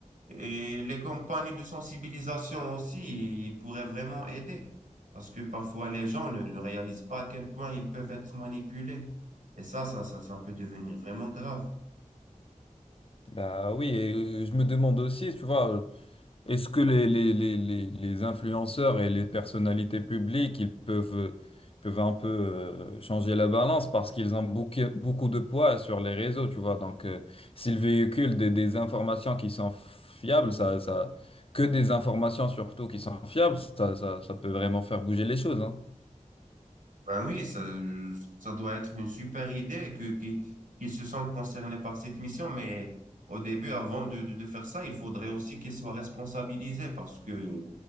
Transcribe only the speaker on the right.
Et les campagnes de sensibilisation aussi, ils pourraient vraiment aider. Parce que parfois, les gens ne, ne réalisent pas à quel point ils peuvent être manipulés. Et ça, ça, ça, ça peut devenir vraiment grave.
Ben oui, ça, ça doit être une super idée que, qu'ils, qu'ils se sentent concernés par cette mission. Mais au début, avant de, de, de faire ça, il faudrait aussi qu'ils soient responsabilisés parce que